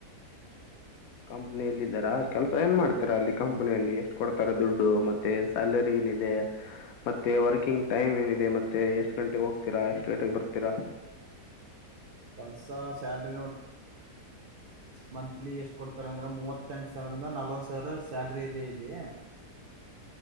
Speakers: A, on the left; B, on the right.
A: ಕಂಪನಿಯಲ್ಲಿ ಇದಾರಾ ಕೆಲ್ಸ ಏನ್ ಮಾಡ್ತೀರಾ ಅಲ್ಲಿ ಕಂಪನಿಯಲ್ಲಿ ಎಷ್ಟ್ ಕೊಡ್ತಾರ ದುಡ್ಡು ಮತ್ತೆ ಸ್ಯಾಲರಿ ಏನಿದೆ ಮತ್ತೆ ವರ್ಕಿಂಗ್ ಟೈಮ್ ಏನಿದೆ ಮತ್ತೆ ಎಷ್ಟ್ ಗಂಟೆಗೆ ಹೋಗ್ತೀರಾ ಎಷ್ಟ್ ಗಂಟೆಗೆ ಬರ್ತೀರಾ
B: ಕೆಲ್ಸ ಸ್ಯಾಲ್ರಿ ಮಂತ್ಲಿ ಎಷ್ಟು ಕೊಡ್ತಾರೆ ಅಂದ್ರೆ ಮೂವತ್ತೆಂಟು ಸಾವಿರಂದ ನಲ್ವತ್ ಸಾವಿರ ಸ್ಯಾಲ್ರಿ ಇದೆ ಇಲ್ಲಿ